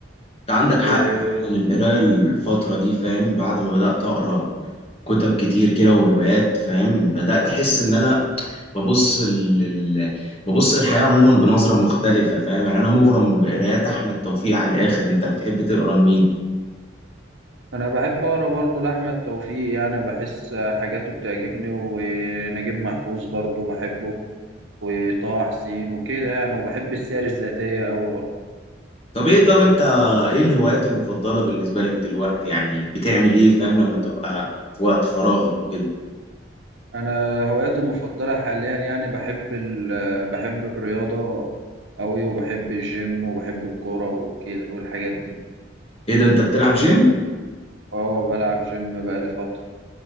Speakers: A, on the left (about 30°); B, on the right (about 85°).
A: انت عندك
B: وأنا
A: حق فعلا القراية الفترة دي فاهم بعد ما بدأت أقرأ كتب كتير كده وروايات فاهم بدأت أحس إن أنا ببص لل... ببص للحياة عموما بنظرة مختلفة فاهم يعني أنا مغرم بقرايات أحمد توفيق على الآخر أنت بتحب تقرأ لمين؟
B: بحب أقرأ برضه لأحمد توفيق يعني بحس آه، حاجاته بتعجبني ونجيب محفوظ برضه بحبه وطه حسين وكده يعني وبحب السير الذاتية أوي برضه.
A: طب إيه طب أنت إيه الهوايات المفضلة بالنسبة لك دلوقتي يعني بتعمل إيه فاهم لما تبقى في وقت فراغك وكده؟
B: انا هواياتي المفضله حاليا يعني بحب ال... بحب الرياضه قوي وبحب الجيم وبحب الكوره وكده والحاجات دي
A: إيه ده أنت بتلعب جيم؟
B: اه بلعب جيم بقالي فتره